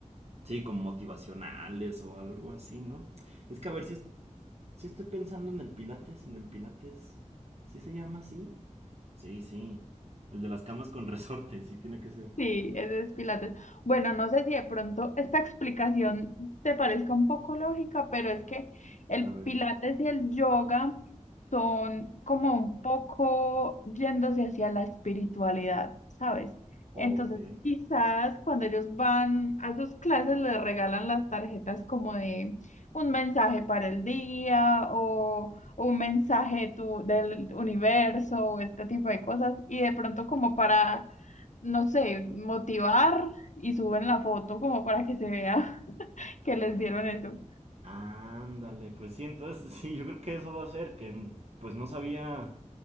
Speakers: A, on the right; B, on the left.
A: sí, como motivacionales o algo así, ¿no? Es que a ver si Sí estoy pensando en el Pilates, en el Pilates. ¿Sí se llama así? Sí, sí. El de las camas con resorte, sí tiene que ser.
B: Sí, ese es Pilates. Bueno, no sé si de pronto esta explicación te parezca un poco lógica, pero es que el
A: A ver.
B: Pilates y el yoga son como un poco yéndose hacia la espiritualidad, ¿sabes?
A: Ok.
B: Entonces, quizás cuando ellos van a sus clases les regalan las tarjetas como de un mensaje para el día o un mensaje tu- del universo o este tipo de cosas y de pronto como para no sé, motivar y suben la foto como para que se vea <laughs> que les dieron eso.
A: Ándale, pues sí, entonces <laughs> sí, yo creo que eso va a ser, que mm, pues no sabía,